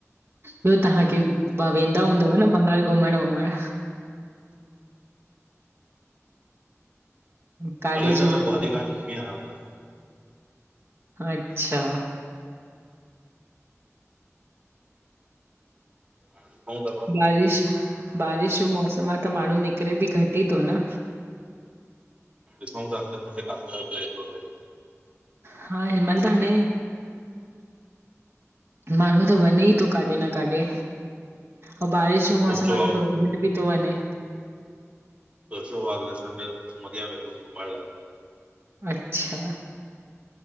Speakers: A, on the right; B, on the right.
A: ब्यो तहांखे भा वेंदा हूंदव न बाहर घुमण वुमण? काॾे
B: कल्ह ई
A: चों
B: तव्हां
A: हल
B: ग्वारी
A: लाए?
B: घाट घुमी आया आहियो
A: अच्छा
B: हाणे ॾिसूं था
A: बारिश बारिश जो मौसम आ त माणू निकरे भी घट ई थो न
B: ॾिसउ तां अगले सन्डे काथे जो प्लेन तो ठऐ
A: हा हिंमल त हाणे माणू त वञे ई तो काॾे न काॾे अउ बारिश जो मौसम
B: सोचियो
A: आ त
B: आहे
A: थोरो मिॾ भी थो वञे
B: सोचो आ अगले संडे उमरिया वेंदूम घुमण लाए
A: अच्छा